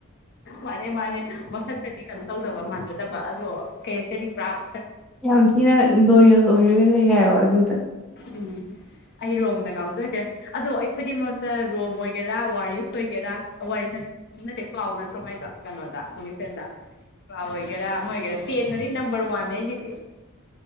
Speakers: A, on the left (about 50°); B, in the centre.
A: ꯃꯥꯅꯦ ꯃꯥꯅꯦ ꯃꯁꯛꯇꯗꯤ ꯀꯩꯅꯣ ꯇꯧꯗꯕ ꯃꯥꯟꯖꯗꯕ ꯑꯗꯣ ꯀꯦꯔꯦꯛꯇꯗꯤ ꯄꯨꯔꯥꯞ
B: ꯌꯥꯝ ꯊꯤꯅ ꯂꯣꯌꯦꯜ ꯑꯣꯏꯔꯒ ꯂꯩ ꯍꯥꯏꯏꯕ ꯑꯗꯨꯗ
A: ꯎꯝ ꯑꯩ ꯔꯣꯝꯗ ꯉꯥꯎꯖꯈ꯭ꯔꯦ ꯑꯗꯣ ꯑꯩ ꯈꯨꯗꯤꯡꯃꯛꯇ ꯔꯣꯝ ꯑꯣꯏꯒꯦꯔꯥ ꯋꯥꯔꯤꯁ ꯑꯣꯏꯒꯦꯔꯥ ꯋꯥꯔꯤꯁ ꯅꯠꯇꯦ ꯀ꯭ꯂꯥꯎ ꯅꯠꯇ꯭ꯔꯣꯃꯥꯏꯗꯣ ꯀꯩꯅꯣꯗ ꯑꯣꯅꯤꯐꯦꯟꯗ ꯀꯥꯎ ꯑꯣꯏꯒꯦꯔꯥ ꯃ ꯑꯣꯏꯒꯦꯔꯥ ꯇꯦꯟꯅꯗꯤ ꯅꯝꯕꯔ ꯋꯥꯟꯅꯦ ꯑꯩꯒꯤꯗꯤ